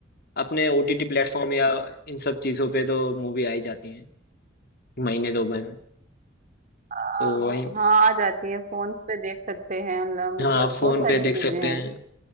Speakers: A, on the left (about 55°); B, on the right (about 40°).
A: अपने ओटीटी प्लेटफॉर्म या इन सब चीजों पे तो मूवी आई जाती है महीने दो महीने में
B: आ, हाँ
A: तो वहीं
B: हाँ, आ जाती है फोन पे देख सकते हैं ल- मतलब
A: हाँ
B: बहुत
A: फोन
B: सारी
A: पे देख
B: चीजें
A: सकते
B: हैं
A: हैं